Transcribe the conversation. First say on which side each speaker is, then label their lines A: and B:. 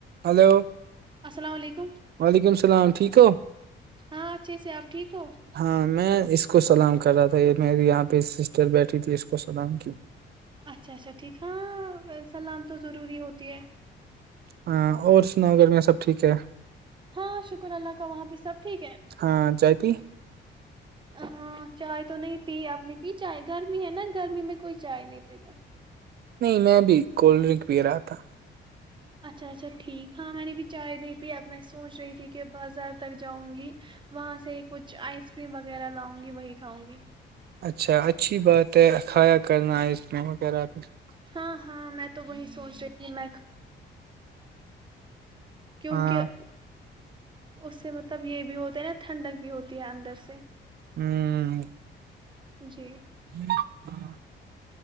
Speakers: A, on the right; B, on the right.
A: hello
B: السلام علیکم
A: وعلیکم السلام ٹھیک ہو
B: ہاں اچھے سے آپ ٹھیک ہو
A: ہاں میں اس کو سلام کر رہا تھا یہ میرری یہاں پہ سسٹر بیٹھی تھی اس کو سلام کی
B: اچھا اچھا ٹھیک ہاں سلام تو ضروری ہوتی ہے
A: ہاں اور سناؤ گرمیا سب ٹھیک ہے
B: ہاں شکر اللہ کا وہاں پہ سب ٹھیک ہے
A: ہاں چائے پی
B: ہاہ چائے تو نہیں پی اپنی پی چائے گرمی ہے نا گرمی میں کوئی چائے نہیں پیتا
A: نہیں میں بھی کولڈ ڈرنک پی رہا تھا
B: اچھا اچھا ٹھیک ہاں میں نے بھی چائے نہیں پی اب میں سوچ رہی تھی کہ بازار تک جاؤں گی وہاں سے کچھ آئس کریم وغیرہ لاؤں گی وہی کھاؤں گی
A: اچھا اچھی بات ہے ا کھایا کرنا ہے اس میں <unintelligible>
B: ہاں ہاں میں تو وہی سوچ رہی تھی میں کیونکہ
A: ہاں
B: اس سے مطلب یہ بھی ہوتا ہے نا ٹھنڈک بھی ہوتی ہے اندر سے
A: ہوں
B: جی
A: ہم ہم